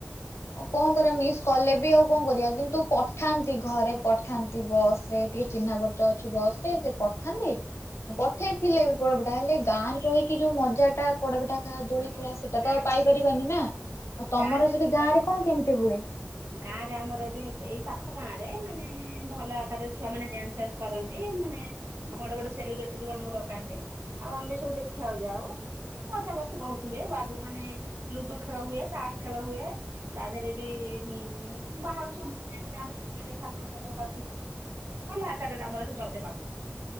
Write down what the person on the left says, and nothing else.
କଣ କରିବା ମିସ୍ କଲେ ବି ଆଉ କଣ କରିବା କିନ୍ତୁ ପଠାନ୍ତି ଘରେ ପଠାନ୍ତି ବସ ରେ ଟିକେ ଚିହ୍ନା ପଟଚ ଅଛି ବସ ରେ ସେ ପଠାନ୍ତି ପଠେଇଥିଲେ ବି ପ ପେଟା ହେଲେ ଗାଁ ରେ ରହିକି ଯୋଉ ମଜା ଟା ପଡବେଠା ା ଦୋଳିଖଳା
ସେଇଟା
ତ ଆଉ ପାଇପାରିବାନି ନା ଆଉ ତମର
ସେଠି ଗାଁ ରେ କଣ କେମିତି ହୁଏ